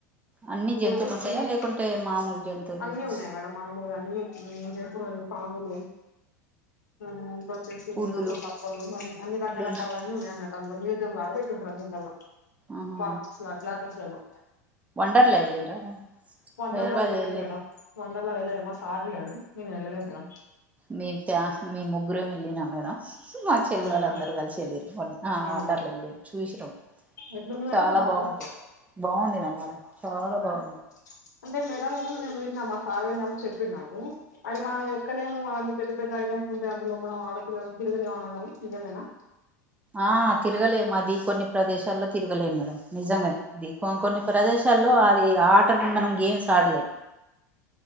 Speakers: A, on the right; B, on the left.
A: అన్ని
B: ఇంకోటి
A: జంతువులు ఉంటాయా
B: సిల్ప్
A: లేకుంటే మామూలు జంతువులు
B: అన్ని
A: ఉంటాయా
B: ఉన్నాయి మేడం మామూలుగా అన్ని హ్మ్ జ తురొండు పామురిఎ మ్మ్ ఇంకోచ్చెసి
A: పులులు
B: ఏమంటే కప్పలు మళ్ళీ అన్ని రకర
A: పులులు
B: కాలవన్నీ ఉన్నాయి అన్నట్టు అందులో మ్యూజియం లాగా పెట్టింటారు అన్నిట్లలో
A: ఆహా
B: బాక్స్ల్ గ్లాసెస్లలో
A: వండర్లా వెళ్ళిండ్రా మేడం
B: వండర్లా
A: హైదరాబాద్
B: వెళ్ళలేదు
A: వెళ్ళిరు
B: మేడం వండర్లా వెళ్ళలే మా సార్ ఏళ్ళాడు నేను ఎళ్లలేదు మేడం
A: మే ఫ్యా మేమ్ ముగ్గురమే వెళ్ళిన మేడం మా చెల్లి
B: అవునా
A: వాళ్ళ అందరూ కలిసి ఎళ్ళిర్రు మొన్న ఆ
B: అవునా
A: వండర్లా ఎళ్ళి చూసిరు
B: ఎట్లుంది మేడం
A: చాలా
B: బాగుందా
A: బాగుంటది బాగుంది మేడం అడ చాలా
B: అవునా
A: బాగుంది
B: అంటే మేడం నేను విన్నా మా ఫాదర్ నాకు చెప్పిండు నాకు అది మనం ఎక్కలేము అవన్నీ పెద్ద పెద్ద ఐటమ్స్ ఉంటాయి అందులో మనం ఆడపిల్ల తిరుగలేవని అన్నారు నిజమేనా
A: ఆ తిరగలేము అది కొన్ని ప్రదేశాల్లో తిరగలేము మేడం నిజంగే ఇది కొ కొన్ని ప్రదేశాల్లో అది ఆట మనం గేమ్స్ ఆడ్లే